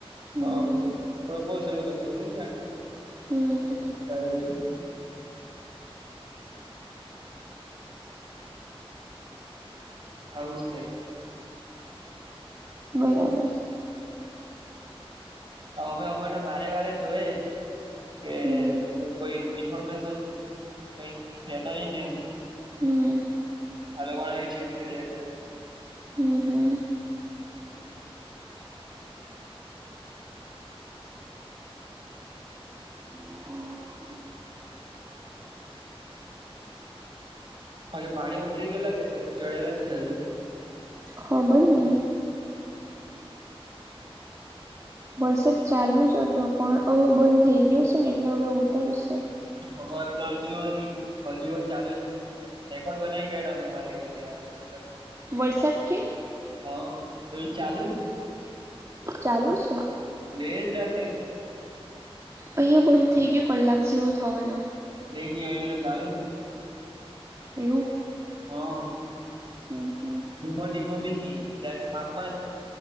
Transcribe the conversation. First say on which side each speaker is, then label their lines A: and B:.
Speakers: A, on the right; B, on the right.
A: હમ
B: હા પ્રપોઝ એવું લખું છે કે
A: હમ
B: <unintelligible> <unintelligible> આઉજ છે.
A: બરાબર.
B: અમે અમે તો વારે વારે જોય કે
A: હમ
B: કોઈ કોઈ ઇન્ફોર્મેશન કઈ <unintelligible> ની એમ
A: હમ્મ
B: હાલવાની ચેટ કર્યા કરે
A: હમ્મ, હમ્મ. હ....
B: હજુ પાણી ઉતરી ગયેલા કે છે ચડેલા જ છે હજુ
A: ખબર નઈ. વરસાદ ચાલુ જ હતો પણ હવે બંધ થઈ ગયો છે ને એટલે હવે ઉતરશે જ
B: અમારે તો હજુ હો નહી, હજુ હ ચાલુ જ રેકોર્ડ બનાઈ કયડો હે અમારે ઘરની <unintelligible>
A: વરસાદ કે
B: હ એવું ચાલુ જ
A: ચાલુ છે.
B: લેજ જાગે
A: આઇયા બન્દ થઇ ગયો કલાક જેવો થવાનો.
B: નહી ને આઇયા <unintelligible> આવે ન.
A: એવું
B: હા.
A: હ હા.
B: ધીમોમો બી નક માપમાં જ